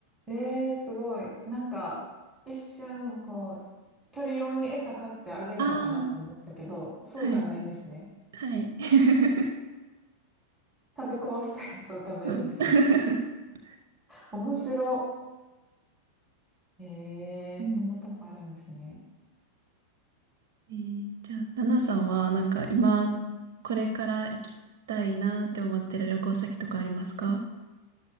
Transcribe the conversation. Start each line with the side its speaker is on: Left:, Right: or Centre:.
Centre: えー、すごい。なんか、一瞬、こう、鳥用に餌買ってあげるのかなと思ったけど、
Right: ああ、
Centre: そうじゃないんですね。
Right: はい。はい。<laughs>
Centre: 食べこぼしたやつを食べるんですね。
Right: そう <laughs>
Centre: 面白。えー、
Right: うん。
Centre: そんなとこあるんですね。
Right: えーじゃあ、ナナさんは、なんか、今、
Centre: うん。行き
Right: これから行きたいなって思ってる旅行先とかありますか